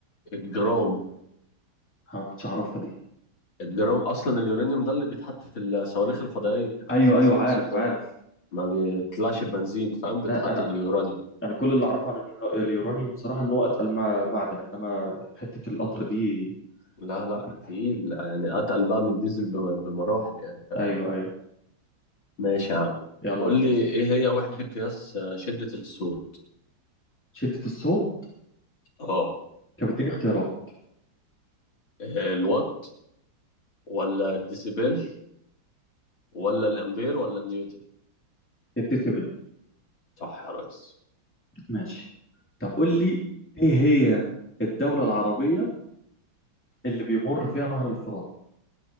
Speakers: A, on the left (about 75°); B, in the centre.
A: الجرام
B: انا ما كنتش اعرفها دي
A: الجرام أصلا اليورانيوم ده اللي بيتحط في الصواريخ الفضائية في
B: ايوه
A: سبيس
B: ايوه
A: إكس
B: عارف
A: وكده
B: عارف
A: ما بيطلعش بنزين فاهم بيتحط
B: انا انا
A: باليورانيوم
B: أنا كل اللي اعرفه عن اليورا- اليورانيوم بصراحه ان هو اتقل مع- معدن انما حته القطر دي
A: لا لا
B: جديدة.
A: تقيل يعني أتقل بقى من الديزل بم- بمراحل يعني فاهم
B: ايوه ايوه
A: ماشي يا عم
B: يلا
A: قول
B: بينا
A: لي إيه هي وحدة قياس شدة الصوت
B: شده الصوت
A: اه
B: كانت بتديني اختيارات
A: آه، الوات ولا الديسيبل ولا الامبير ولا النيوتن
B: الديسيبل
A: صح يا ريس
B: ماشي طب قول لي ايه هي الدوله العربيه اللي بيمر فيها نهر الفرات